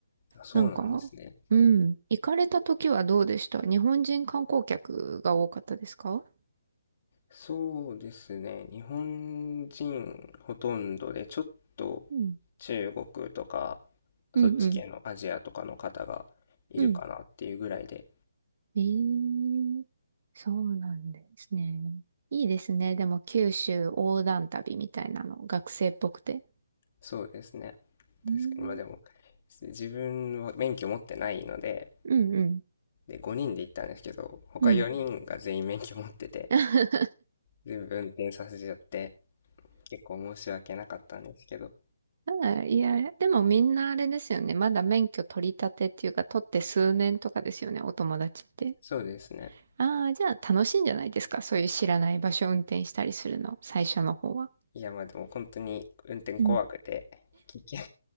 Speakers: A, on the left; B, on the right.
A: あそうなんですね。
B: なんか、うん、行かれた時はどうでした日本人観光客が多かったですか
A: そうですね。日本人ほとんどで、ちょっと
B: うん。
A: 中国とか、そっち系のアジアとかの方がいるかなっていうぐらいで、
B: うんうん。うんええそうなんですね。いいですね。でも、九州横断旅みたいなの、学生っぽくて。
A: そうですね。
B: うん、
A: 確かに。まあでも、自分は免許持ってないので、
B: うん、うん。
A: で、5人で行ったんですけど、他4人が全員免許持ってて、
B: うん <laughs>
A: 全部運転させちゃって、結構申し訳なかったんですけど、
B: あいや、でもみんなあれですよね。まだ免許取り立てっていうか、取って数年とかですよね、お友達って。
A: そうですね。
B: ああ、じゃあ楽しいんじゃないですか。そういう知らない場所を運転したりするの、最初の方は。
A: いや、まあでも本当に運転怖くて、
B: うん。
A: 危険